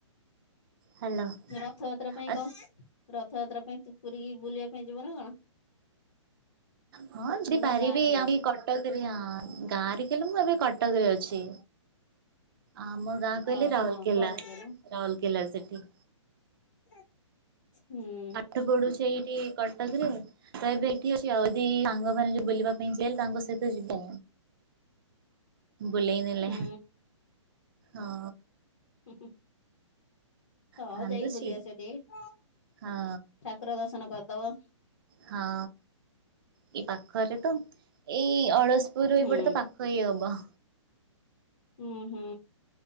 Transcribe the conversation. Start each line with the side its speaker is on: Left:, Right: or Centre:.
Right: ହାଲୋ
Left: ରଥଯାତ୍ରା ପାଇଁ
Right: ଆ
Left: କଂ, ରଥଯାତ୍ରା ପାଇଁ ତୁ ପୁରୀକି ବୁଲିଆ ପାଇଁ ଯିବ ନା କଣ?
Right: ହଁ ଯଦି
Left: ନା
Right: ପାରିବି
Left: ଗାଁ ରେ ହୁଏ
Right: ଆମ କଟକ ହିଁ, ଗାଁରେ କଲେ ମୁଁ ଏବେ କଟକରେ ଅଛି ଆମ ଗାଁ କହିଲେ
Left: ଓହୋ
Right: ରାଉରକେଲା,
Left: ପଢୁଥିଲୁ
Right: ରାଉରକେଲା ସେଠି
Left: ହୁଁ
Right: ପାଠ ପଢୁଛି ଏଇଠି କଟକରେ ତ ଏବେ ଅଛି ଆଉଦି ସାଙ୍ଗମାନେ ଯଦି ବୁଲିବା ପାଇଁ ଯିବା କହିଲେ ତାଙ୍କ ସହିତ ଯିବା ବୁଲେଇନଲେ
Left: ହୁଁ
Right: ହଁ
Left: ହୁଁ ହୁଁ ହଉ
Right: କାନ୍ଦୁଛି
Left: ଯାଇକି ବୁଲି ଆସ ଟିକେ
Right: ହଁ
Left: ଠାକୁର ଦର୍ଶନ କରିଦବ।
Right: ହଁ, ଏଇ ପାଖରେ ତ ଏଇ ଅଳସପୁରୁ
Left: ହୁଁ
Right: ଏପଟେ ତ ପା ଖ ହିଁ ହବ।
Left: ହୁଁ ହୁଁ